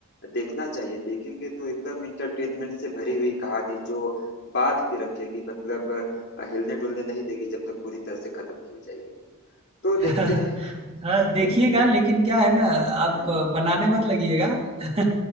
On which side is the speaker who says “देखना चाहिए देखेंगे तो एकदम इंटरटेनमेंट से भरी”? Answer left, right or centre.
Left